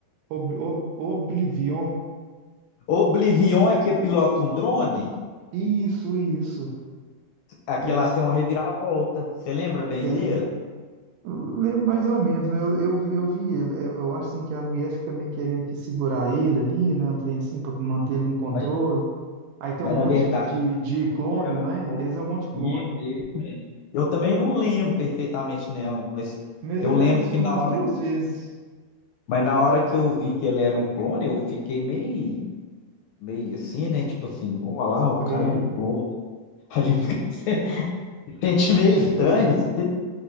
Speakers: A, on the right; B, on the left.
A: Ob, Ob- Oblivion.
B: Oblivion é que pilota um drone,
A: Isso, isso.
B: aqui
A: Isso.
B: ela tem uma reviravolta. Você lembra bem
A: Tem.
B: dele?
A: Lembro mais ou menos, mas eu, eu, vi- eu vi ele. Eu, eu acho assim que a mulher fica meio querendo que segurar ele ali, né? Um trem assim, pra manter ele em controle.
B: Mas,
A: Aí tem
B: mas
A: um monte
B: na verdade,
A: de, de clone,
B: ela é
A: não
B: um
A: é?
B: clone.
A: Eles é um monte de clone.
B: Isso, isso mesmo. Eu também não lembro perfeitamente, não, mas
A: Mas
B: eu
A: eu
B: lembro
A: já vi esse
B: que
A: filme
B: na
A: umas
B: hora,
A: duas vezes.
B: mas na hora que eu vi que ele era um clone, eu fiquei meio, meio assim,
A: Hum,
B: né? Tipo assim, olha lá, o cara
A: Estranho.
B: é um clone. <laughs> A gente fica-
A: É,
B: <laughs> sente meio
A: É
B: estranho,
A: tipo assim,
B: não se